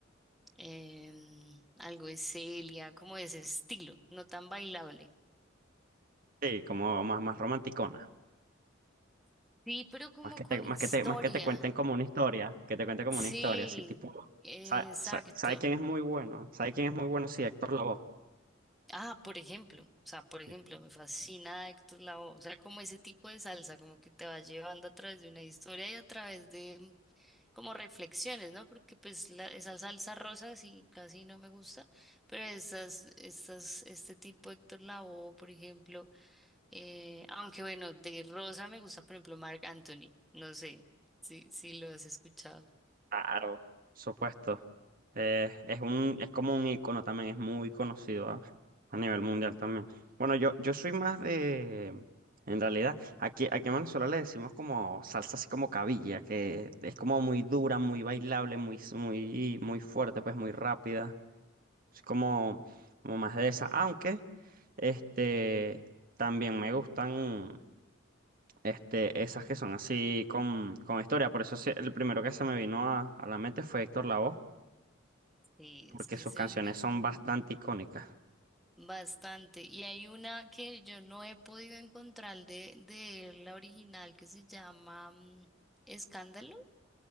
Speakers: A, in the centre; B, on the right.
A: em, algo de Celia, como de ese estilo, no tan bailable.
B: Sí, como más, más romanticona.
A: Sí, pero como
B: Más que
A: con
B: te, más
A: historia.
B: que te, más que te cuenten como una historia, que te cuente como
A: Sí,
B: una historia, así tipo,
A: exacto.
B: ¿sabes quién es muy bueno? ¿Sabe quién es muy bueno? Sí, Héctor Lavoe.
A: Ah, por ejemplo, o sea, por ejemplo,
B: Sí.
A: me fascina Héctor Lavoe, o sea, como ese tipo de salsa, como que te va llevando a través de una historia y a través de mm, como reflexiones, ¿no? Porque pues la- esa salsa rosa sí casi no me gusta, pero esas, estas, este tipo de Héctor Lavoe, por ejemplo, eh, aunque bueno, de rosa me gusta, por ejemplo, Marc Anthony, no sé si, si lo has escuchado.
B: Claro, supuesto. Eh, es un, es como un icono también, es muy conocido a, a nivel mundial también. Bueno, yo, yo soy más de, en realidad, aquí, aquí en Venezuela le decimos como salsa así como cabilla, que es como muy dura, muy bailable, muy, muy, muy fuerte, pues muy rápida. Es como, como más de esa. Aunque, este, también me gustan, este, esas que son así con, con historia. Por eso sí, el primero que se me vino a, a la mente fue Héctor Lavoe,
A: Sí,
B: porque
A: es que
B: sus
A: ese
B: canciones
A: hombre
B: son
A: fue un
B: bastante icónicas.
A: Bastante. Y hay una que yo no he podido encontrar de, de él, la original que se llama mm, Escándalo.